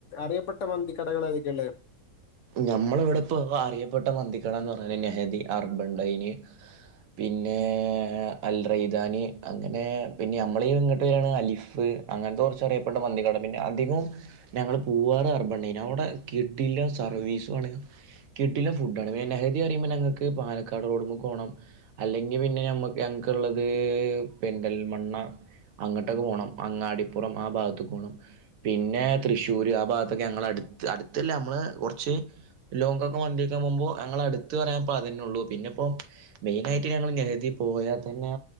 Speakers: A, on the left; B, on the right.
A: അറിയപ്പെട്ട മന്തി കടകള് ഏതൊക്കെ ള്ളത്
B: ഞമ്മളിവടെപ്പോ അറിയപ്പെട്ട മന്തിക്കടാന്ന് പർഞാല് നെഹ്ദി, അർബണ്ടയ്ന് പിന്നെ അൽ റെയ്ദാനി അങ്ങനെ പിന്നെ നമ്മളെ ഇങ്ങട്ട് വെരാണ് അലിഫ് അങ്ങൻത്തെ കൊർച്ച് അറിയപ്പെട്ട മന്തി കടണ്ട് പിന്നെ അധികവും ഞങ്ങള് പൂവാറ്, അർബണ്ടീന അവടെ കിടിലം സ സർവീസു ആണ് കിഡിലം ഫുഡാണ് പിന്നെ നെഹ്ദി പറയുമ്പോ ഞങ്ങക്ക് പാലക്കാട് റോഡ്മ്മക്ക് പോണം അല്ലെങ്കി പിന്നെ ഞമ്മക്ക് ഞങ്‌ക്ക്ള്ളത് പെരിന്തൽമണ്ണ അങ്ങോട്ടൊക്കെ പോണം അങ്ങാടിപ്പുറം ആ ഭാഗത്ത്ക്ക് പോണം പിന്നെ തൃശ്ശൂര് ആ ഭാഗത്തൊക്കെ ഞങ്ങളെ അട്ത്ത് അട്ത്തല്ല ഞമ്മളെ കൊർ ച്ച് ലോങ്ങൊക്കെ മന്തി കയ്ക്കാൻ പോമ്പോ ഞങ്ളെ അട്ത്ത് പറയാൻ പ്പതെന്നെ ഉള്ളൂ പിന്നെപ്പൊ മെയിനായിട്ട് ഞങ്ങള് നെഹ്ദി പോയാതെന്നെ